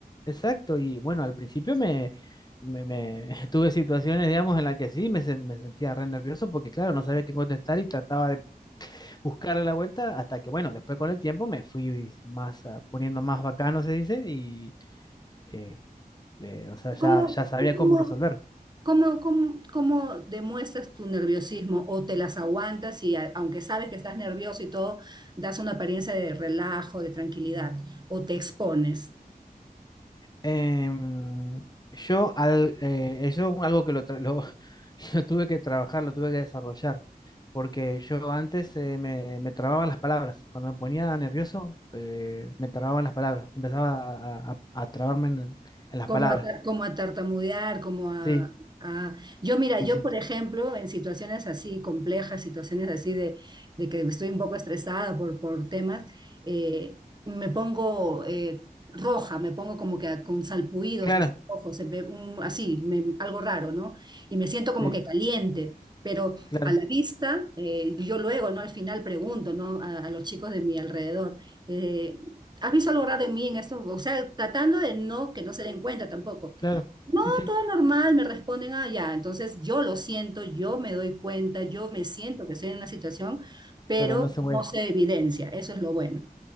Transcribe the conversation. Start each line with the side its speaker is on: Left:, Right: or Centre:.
Left: exacto. Y bueno, al principio me, me, me- <laughs> tuve situaciones, digamos, en las que sí me, sen- me sentía re nervioso porque, claro, no sabía qué contestar y trataba de buscar a la vuelta hasta que, bueno, después con el tiempo me fui más ah, poniendo más bacano, se dice, y eh, le- o sea, ya,
Right: ¿Cómo,
Left: ya sabía
Right: cómo,
Left: cómo resolver.
Right: cómo, cómo, cómo demuestras tu nerviosismo o te las aguantas y a- aunque sabes que estás nervioso y todo, das una apariencia de relajo, de tranquilidad o te expones?
Left: Em, yo, al, eh, eso algo que lo, tra- lo, <laughs> lo tuve que trabajar, lo tuve que desarrollar, porque yo antes eh, me, me trababan las palabras, cuando me ponía nervioso, eh, me trababan las palabras, empezaba a, a- a trabarme en, en las
Right: Como
Left: palabras.
Right: a, tar- como a tartamudear, como a,
Left: Sí,
Right: a- Yo, mira,
Left: sí,
Right: yo,
Left: sí,
Right: por ejemplo, en situaciones así complejas, situaciones así de, de que estoy un poco estresada por, por temas, eh, me pongo eh, roja, me pongo como que a- con salpuidos
Left: claro,
Right: así, ojos, se ve un- así, me- algo raro, ¿no? Y me siento como
Left: sí,
Right: que caliente, pero
Left: claro,
Right: a la vista, eh, yo luego, ¿no? Al final pregunto, ¿no? A, a los chicos de mi alrededor eh, ¿Has visto algo raro en mí en esto? O sea, tratando de no, que no se den cuenta tampoco.
Left: claro,
Right: No,
Left: sí, sí,
Right: todo normal, me responden, ah, ya. Entonces yo lo siento, yo me doy cuenta, yo me siento que estoy en una situación, pero
Left: pero no se
Right: no
Left: mueve.
Right: se evidencia. Eso es lo bueno.